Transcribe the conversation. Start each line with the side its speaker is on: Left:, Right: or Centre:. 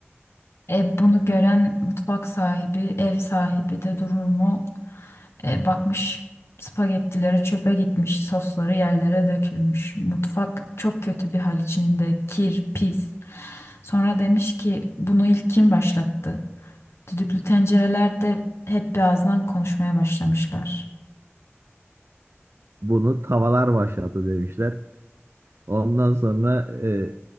Left: E, bunu gören mutfak sahibi, ev sahibi de durur mu? E, bakmış spagettileri çöpe gitmiş, sosları yerlere dökülmüş. Mutfak çok kötü bir hal içinde, kir, pis. Sonra demiş ki bunu ilk kim başlattı? Düdüklü tencerelerde hep bir ağızdan konuşmaya başlamışlar.
Right: Bunu tavalar başlattı demişler. Ondan sonra e,